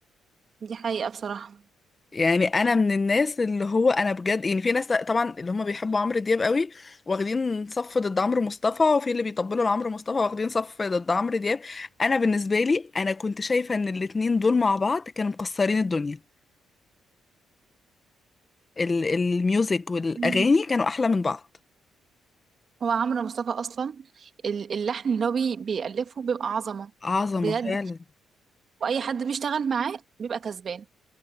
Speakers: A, on the right; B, on the left.
A: دي حقيقه بصراحه
B: يعني أنا من الناس اللي هو أنا بجد يعني في ناس طبعا اللي هم بيحبوا عمرو دياب قوي واخدين صف ضد عمرو مصطفى وفي اللي بيطبلوا لعمرو مصطفى واخدين صف ضد عمرو دياب أنا بالنسبة لي أنا كنت شايفة إن الاتنين دول مع بعض كانوا مكسرين الدنيا ال- الميوزك والاغاني
A: مم.
B: كانوا احلى من بعض
A: هو عمرو مصطفى اصلا ال- اللحن اللي هو بي- بيألفه بيبقى عظمه
B: عظمه
A: بجد
B: فعلا
A: واي حد بيشتغل معاه بيبقى كسبان